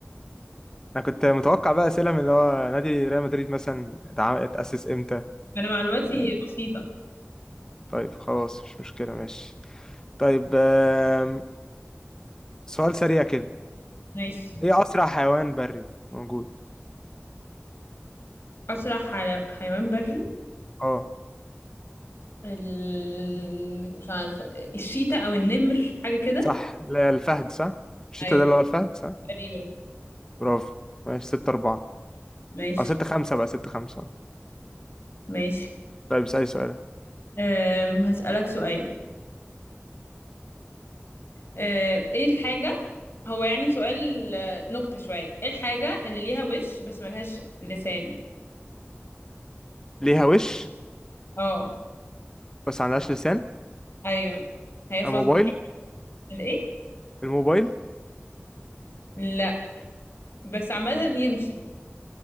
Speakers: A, on the left; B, on the left.
A: أنا كنت متوقع بقى أسئلة من اللي هو نادي ريال مدريد مثلا اتعم- اتأسس إمتى
B: انا معلوماتي
A: آه،
B: بسيطة
A: طيب خلاص مش مشكلة ماشي طيب آم، سؤال سريع كده
B: ماشي
A: إيه أسرع حيوان بري موجود
B: اسرع حل- حيوان بري
A: اه
B: ال... مش عارفة الشيتا او النمر حاجة كده
A: صح لا، الفهد صح الشتا
B: ايوه
A: ده اللي هو الفهد صح
B: تقريبا
A: برافو ماشي ستة أربعة
B: ماشي
A: أو ستة خمسة بقى ستة خمسة
B: ماشي
A: طيب اسألي سؤال
B: أم... هسألك سؤال أم... ايه الحاجة هو يعني سؤال آه، نكتة شوية ايه الحاجة اللي ليها وش بس ملهاش لسان
A: ليها وش
B: اه
A: بس عندهاش لسان
B: ايوه هي فزة
A: آه، موبايل
B: الايه
A: الموبايل
B: لا بس عامة يمشي